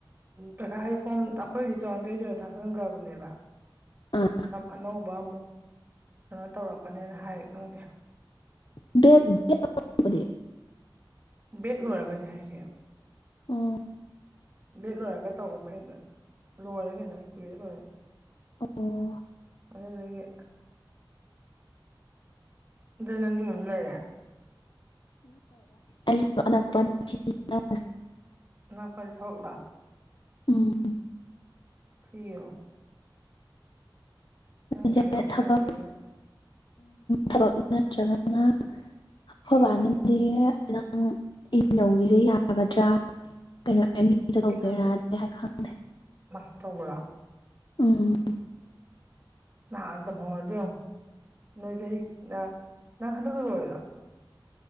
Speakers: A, on the right (about 25°); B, on the left (about 70°).
A: ꯄꯩꯥꯏ ꯍꯥꯏ ꯐꯣꯝ ꯑꯩꯈꯣꯏꯗꯤ ꯇꯨꯟ ꯇ꯭ꯋꯦꯟꯇꯤ ꯊꯥꯖꯤꯟꯈ꯭ꯔꯕꯅꯦꯕ
B: ꯑꯥ
A: ꯑꯅꯧꯕ ꯑꯃꯨꯛ ꯀꯩꯅꯣ ꯇꯧꯔꯛ ꯀꯅꯦꯅ ꯍꯥꯏ ꯈꯪꯗꯦ
B: ꯗꯦ
A: ꯕꯦꯠ ꯂꯣꯏꯔꯒꯅꯦ ꯍꯥꯏꯁꯦ
B: ꯎꯝ
A: ꯕꯦꯠ ꯂꯣꯏꯔꯒ ꯇꯧꯕꯗ ꯂꯣꯏꯔꯦ ꯀꯩꯅꯣ ꯀꯨꯏꯔꯦ ꯂꯣꯏꯔ
B: ꯑꯣ
A: ꯑꯗꯨꯗꯒꯤ ꯑꯗꯨꯗ ꯅꯪꯒꯤ ꯃꯝꯂꯏꯔ
B: <inaudible> ꯑꯅꯠꯄ ꯑꯔ
A: ꯅꯅꯥꯪ ꯀꯋꯥ ꯊꯥꯕꯛꯂꯥꯛ
B: ꯎꯝ
A: ꯁꯤꯤꯣ ꯅꯪꯪ
B: ꯑꯩꯁꯦ
A: ꯍꯎꯗ
B: ꯊꯕꯛ
A: ꯍꯥꯏꯅ
B: ꯊꯕꯛ ꯅꯠꯇ꯭ꯔꯒꯅ ꯑꯐꯣꯏꯕ ꯍꯅꯗꯤ ꯅ ꯅꯪ ꯑ ꯅꯧꯔꯤꯁꯦ ꯌꯥꯒꯗ꯭ꯔꯥ ꯀꯩꯅꯣ ꯇꯧꯕ
A: ꯄꯤꯛꯅ
B: ꯍꯥꯏ ꯈꯪꯗꯦ
A: ꯃꯥꯁꯇꯔ ꯇꯧꯕꯔꯣ
B: ꯎꯝ
A: ꯅꯥ ꯑꯗꯨꯝ ꯍꯣꯉꯥꯗꯤ ꯌꯣꯡ ꯅꯣꯏ ꯆꯍꯤ ꯅꯥ ꯅꯡ ꯍꯟꯗꯛꯇ ꯂꯣꯏꯔꯦ